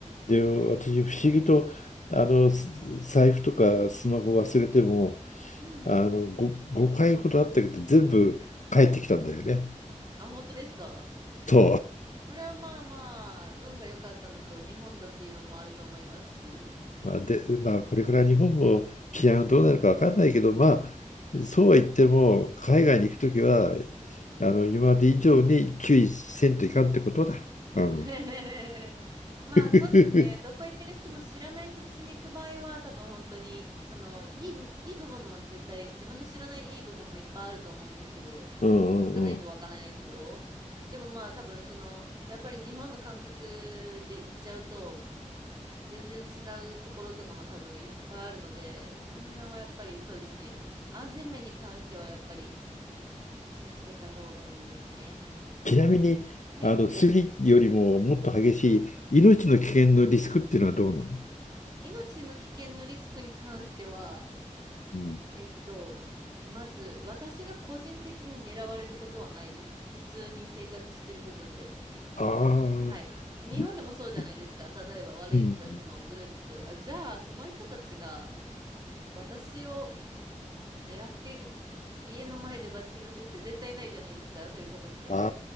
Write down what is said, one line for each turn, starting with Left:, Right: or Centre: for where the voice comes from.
Left: で、私、不思議と、あの、す財布とかスマホ忘れても、
Right: うん。
Left: あの、5、5回ほどあったけど、全部帰ってきたんだよね。
Right: あ、本当ですか
Left: と、
Right: それはまあまあ、運が良かったのと、日本だっていうのもあると思いますし。
Left: まあ、で、まあ、これから日本も治安どうなるか分かんないけど、まあ、そうは言っても、海外に行くときは、あの、今まで以上に注意せんといかんってことだ。うん。
Right: <laughs> まあそうですね。
Left: <laughs>
Right: どこ行くにしても知らない土地に行く場合は、多分本当に、その、いい、いい部分も絶対、自分の知らないいい部分もいっぱいあると思うんですけど、い行かないとわからないところ。
Left: うんうんうん。
Right: でもまあ多分その、やっぱり日本の感覚で行っちゃうと、全然違うところとかも多分いっぱいあるので、その辺はやっぱりそうですね。安全面に関してはやっぱり、気をつけた方がいいですね。
Left: ちなみに、
Right: はい。
Left: あの、スリよりももっと激しい命の危険のリスクっていうのはどうなの
Right: 命の危険のリスクに関しては、
Left: うん
Right: えっと、まず私が個人的に狙われることはないです。普通に生活してる部分で。
Left: ああ、
Right: はい。日本でもそうじゃないですか。
Left: いい
Right: 例えば悪い人たちのグループと、
Left: うん。
Right: あ、じゃあその人たちが私を狙ってい家の前で待ち伏せして絶対ないじゃないですか。そういうことって。
Left: あ